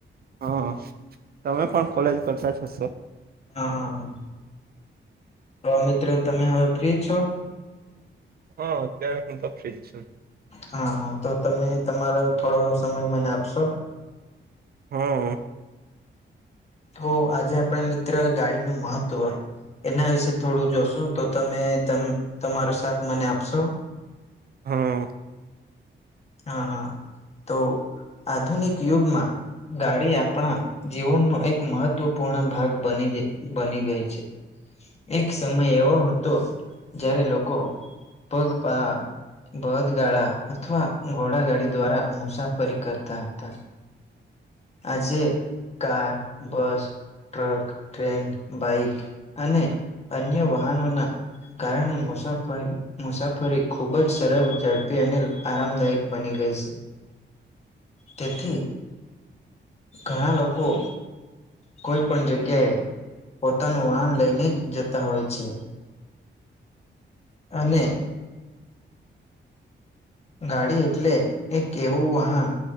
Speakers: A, on the right (about 50°); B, on the left (about 35°).
A: હ તમે કોણ કોલેજ કરતા જ હશો.
B: હા હા હા. તો મિત્રો તમે હવે ફ્રી છો?
A: હા અત્યારે હું તો ફ્રી જ છું.
B: હા હા તો તમે તમારો થોડો સમય મને આપશો.
A: હા.
B: તો આજે આપણે મિત્ર ગાડીનું મહત્વ એના વિશે થોડું જોશો તો તમે તમારો સાથ મને આપશો?
A: હા.
B: હા હા તો આધુનિક યુગમાં ગાડી આપણા જીવનનો એક મહત્વપૂર્ણ ભાગ બની બની ગઈ છે. એક સમય એવો હતો જ્યારે લોકો પગપાળા બળદગાળા અથવા ઘોડાગાડી દ્વારા મુસાફરી કરતા હતા. આજે car bus truck train bike અને અન્ય વાહનોના કારણે મુસાફરી મુસાફરી ખુબ જ સરળ ઝડપી અને આરામદાયક બની ગઈ છે તેથી ઘણા લોકો કોઈ પણ જગ્યાએ પોતાનું વાહન લઈને જ જતા હોય છે. અને ગાડી એટલે એક એવું વાહન